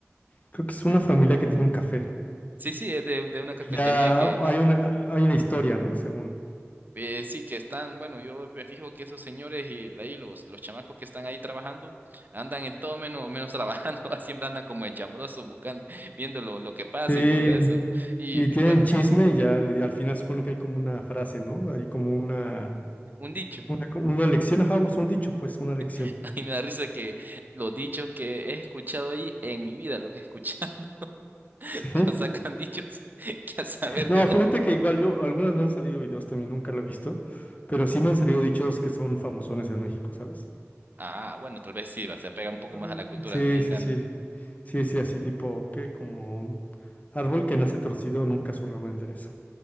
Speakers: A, on the left; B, on the right.
A: creo que es una familia que tiene un café.
B: Sí, sí, es de, de una
A: Y
B: cafetería
A: ya
B: que
A: hay una, hay una historia, ¿no? Según.
B: eh, sí que están, bueno, yo me fijo que esos señores y ahí los, los chamacos que están ahí trabajando andan en todo menos, menos trabajando, <laughs> siempre andan como de chambrosos buscando, viendo lo, lo que pasa
A: Sí,
B: y todo eso. Y
A: Y tienen
B: bueno,
A: chisme y ya le- al final supone que hay como una frase, ¿no? Hay como una,
B: <laughs> un dicho.
A: una, una lección, ajá, pues un dicho, pues una lección.
B: <laughs> Y me da risa que los dichos que he escuchado ahí en mi vida los he escuchado, <laughs>
A: Sí.
B: pero sacan
A: <laughs>
B: dichos <laughs> que a saber
A: No,
B: de dos.
A: fíjate que igual yo, algunas me han salido videos también, nunca lo he visto, pero sí me han salido dichos que son famosones en México, ¿sabes?
B: Ah, bueno, tal vez sí, va, se apega un poco
A: Ah,
B: más a la cultura
A: Sí,
B: mexicana.
A: sí, sí. Sí, sí, así tipo, que como un árbol que nace torcido nunca su rama endereza,